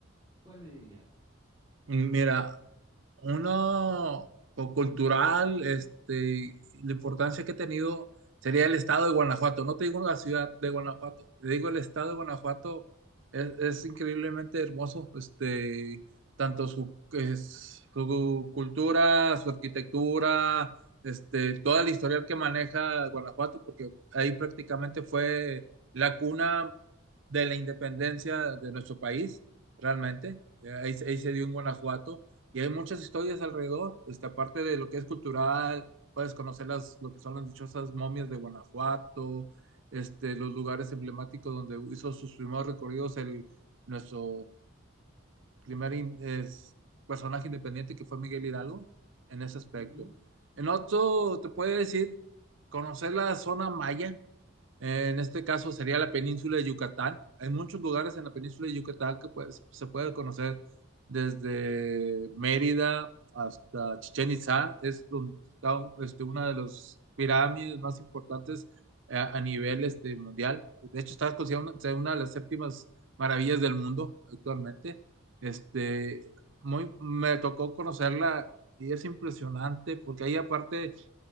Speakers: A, on the right (about 15°); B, on the right (about 65°).
A: ¿cuál me dirías?
B: Mira, uno co- cultural, este, la importancia que ha tenido sería el estado de Guanajuato. No te digo la ciudad de Guanajuato, te digo el estado de Guanajuato es, es increíblemente hermoso. Este, tanto su, es- su cultura, su arquitectura, este, toda la historia que maneja Guanajuato, porque ahí prácticamente fue la cuna de la independencia de nuestro país realmente. Eh, Ahí, ahí se dio en Guanajuato y hay muchas historias alrededor. Este, aparte de lo que es cultural, puedes conocer las, lo que son las dichosas momias de Guanajuato, este, los lugares emblemáticos donde hizo sus primeros recorridos el, nuestro primer in- es, personaje independiente que fue Miguel Hidalgo en ese aspecto.
A: Ujú,
B: En otro, te puede decir, conocer la zona maya, eh, en este caso sería la península de Yucatán. Hay muchos lugares en la península de Yucatán que pues, se puede conocer desde Mérida hasta Chichén Itzá, es donde está este, una de las pirámides más importantes eh, a nivel este, mundial. De hecho, está considerada una una de las séptimas maravillas del mundo actualmente. Este, muy, me tocó conocerla y es impresionante porque ahí aparte,